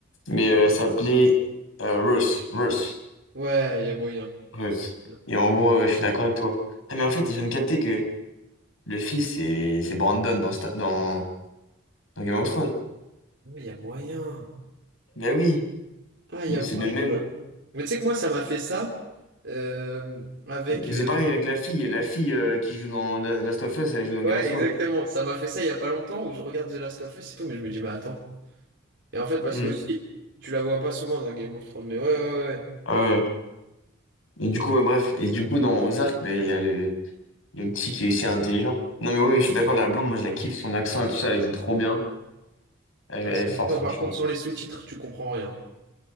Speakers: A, on the left; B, on the right.
A: Mais euh, elle s'appelait euh, Ruth. Ruth.
B: Ouais, il y a moyen.
A: Ruth.
B: Bien.
A: Et en gros, euh, je suis d'accord avec toi. Ah, mais en fait, je viens de capter que le fils, c'est c'est Brandon dans, Sta- dans... dans Game of Thrones.
B: Ouais, Il y a moyen.
A: Ben oui,
B: Ah, il
A: mais
B: y a
A: c'est
B: moyen.
A: le même.
B: Mais tu sais que moi, ça m'a fait ça euh, avec.
A: Et et c'est
B: euh,
A: pareil avec la fille. La fille euh, qui joue dans La- Last of Us, elle joue dans
B: Ouais,
A: Game of Thrones.
B: exactement. Ça m'a fait ça il y a pas longtemps où je regarde The Last of Us et tout, mais je me dis, mais attends. Et en fait, parce
A: Hmm.
B: que aussi, tu la vois pas souvent dans Game of Thrones, mais ouais, ouais, ouais.
A: Ah ouais. Et du coup, ouais, bref. Et du coup, dans Ozark, ben, il y a le, le petit qui est aussi intelligent. Non, mais oui, je suis d'accord, la blonde, moi, je la kiffe, son accent et tout ça, elle joue trop bien. Elle,
B: Ouais,
A: elle
B: c'est-
A: est
B: Putain,
A: forte, franchement.
B: par contre, sans les sous-titres, tu comprends rien.